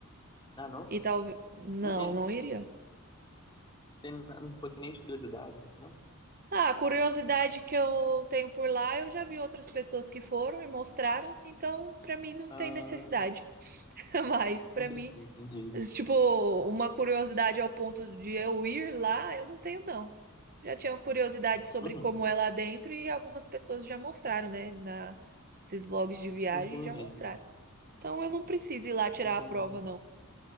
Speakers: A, on the left; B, on the right.
A: Ah, não?
B: E talvez. Não,
A: Não tem,
B: não iria.
A: tem na- um pouquinho nem de curiosidade, assim, não?
B: Ah, a curiosidade que eu tenho por lá, eu já vi outras pessoas que foram e mostraram, então pra mim não
A: Ah,
B: tem necessidade. <laughs> Mas pra
A: entendi,
B: mim
A: entendi.
B: Tipo, uma curiosidade ao ponto de eu ir lá, eu não tenho, não. Já tinha curiosidade sobre
A: Uhum.
B: como é lá dentro e algumas pessoas já mostraram, né? Na, esses vlogs de viagem
A: Entendi,
B: já mostraram. Então eu não preciso ir lá tirar
A: entendi.
B: a prova, não.